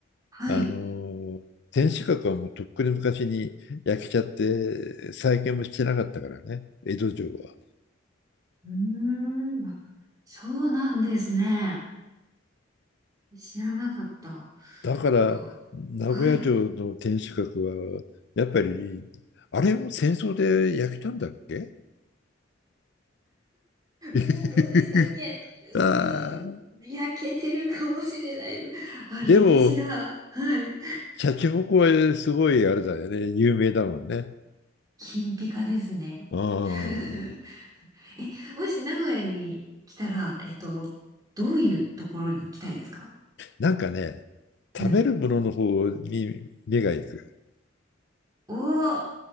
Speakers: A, on the right; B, on the left.
A: はい。
B: あの天守閣はもうとっくに昔に焼けちゃって再建もしてなかったからね、江戸城は。
A: うーん、あそうなんですね。知らなかった。は
B: だから名古屋城の天守閣はやっぱりあれも戦争で焼けたんだっけ
A: あはい。
B: <laughs>
A: うん、どうでしたっけう
B: あー
A: ーん、焼けてるかもしれないです。あ、歴史が、
B: でも
A: はい。
B: シャチホコはすごいあれだよね有名だもんね。
A: 金ピカですね。
B: うん
A: <laughs> え、もし名古屋に来たら、えっと、どういうところに行きたいですか
B: なんかね食べるものの方に目が行く。
A: うん。おー、